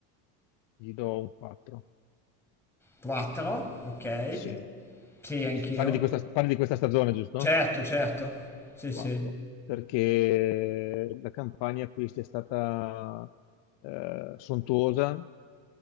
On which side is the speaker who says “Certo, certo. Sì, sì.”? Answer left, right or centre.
Centre